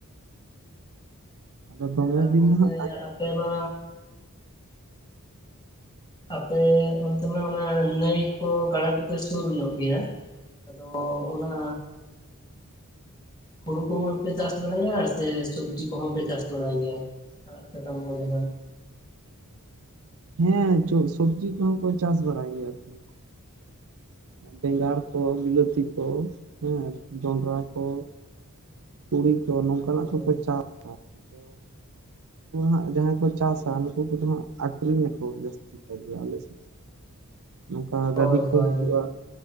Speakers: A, on the right (about 65°); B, on the left (about 20°).
A: ᱟᱫᱚ ᱫᱚᱢᱮ
B: ᱟᱨ
A: ᱫᱤᱱ
B: ᱜᱚᱝᱠᱮ
A: ᱫᱚ ᱦᱟᱸᱜ
B: ᱟᱯᱮ ᱫᱚ ᱟᱯᱮ ᱚᱱᱛᱮᱢᱟ ᱚᱱᱟ ᱱᱟᱹᱭ ᱠᱚ ᱜᱟᱰᱟ ᱠᱚᱯᱮ ᱥᱩᱨ ᱧᱚᱜ ᱜᱮᱭᱟ᱾ ᱚᱫᱚ ᱚᱱᱟ ᱦᱩᱲᱩ ᱠᱚᱦᱚᱸ ᱯᱮ ᱪᱟᱥ ᱵᱟᱲᱟᱭᱟ ᱥᱮ ᱥᱚᱵᱡᱤ ᱠᱚᱦᱚᱸ ᱯᱮ ᱪᱟᱥ ᱵᱟᱲᱟᱭ ᱜᱮᱭᱟ? ᱟᱨ ᱴᱷᱮᱠᱟᱢ <unintelligible>
A: ᱦᱮᱸ ᱪᱚᱝ ᱥᱚᱵᱡᱤ ᱠᱚᱸᱦᱚᱸ ᱠᱚ ᱪᱟᱥ ᱵᱟᱲᱟᱭ ᱜᱮᱭᱟ ᱛᱚ᱾ ᱟᱨ ᱵᱮᱸᱜᱟᱲ ᱠᱚ, ᱵᱤᱞᱟᱹᱛᱤ ᱠᱚ, ᱦᱮᱸ ᱡᱚᱱᱰᱨᱟ ᱠᱚ᱾ ᱛᱩᱲᱤ ᱠᱚ ᱱᱚᱝᱠᱟᱱᱟᱜ
B: ᱦᱮᱸ
A: ᱠᱚᱠᱚ ᱪᱟ ᱩᱱᱩᱠᱩ ᱫᱚ ᱩᱱᱟᱸᱜ ᱡᱟᱦᱟᱸᱭ ᱠᱚ ᱪᱟᱥᱟ ᱱᱩᱠᱩ ᱠᱚᱫᱚ ᱦᱟᱸᱜ ᱟᱴ ᱤᱧᱦᱳ ᱡᱟᱹᱥᱛᱤ ᱠᱟᱭ ᱜᱮ ᱟᱞᱮ ᱥᱮᱫ ᱱᱚᱝᱠᱟ
B: ᱦᱳᱭ
A: ᱜᱟᱰᱤ ᱠᱚ
B: ᱦᱳᱭ ᱦᱳᱭ
A: ᱦᱤᱡᱩᱜ ᱟ ᱾